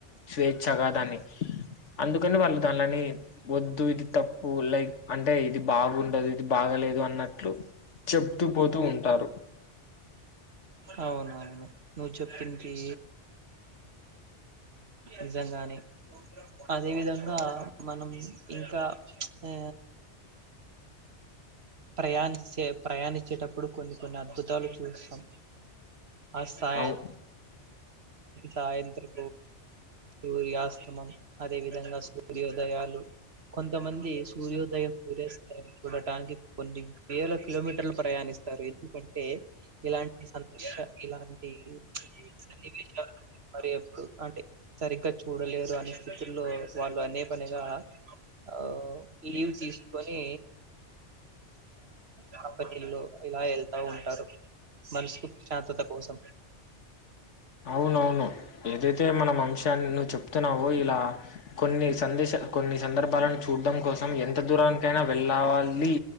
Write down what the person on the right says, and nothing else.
అవునవును నువ్ చెప్పింది నిజంగానే అదే విధంగా మనం ఇంకా ఆ ప్రయాణించే ప్రయాణించేటప్పుడు కొన్ని కొన్ని అద్భు చూస్తాం ఆ సాయ
సాయంత్రం సూర్యాస్తమం అదే విధంగా సూర్యోదయాలు కొంతమంది సూర్యోదయం సూర్యాస్తయం చూడటానికి కొన్ని వేల కిలోమీటర్లు ప్రయాణిస్త స్త ఎందుకంటే ఇలాంటి సంతోష ఇలాంటి సన్నివేశాలు మరి ఎప్పుడు అంటే సరిగ్గా చూడలేరు అనే స్థితుల్లో వాళ్ళు అనే పనిగా ఆ లీవ్ తీసుకొని కంపెనీలో ఇలా వెళ్తా ఉంటారు మనసుకు ప్రశాంతత కోసం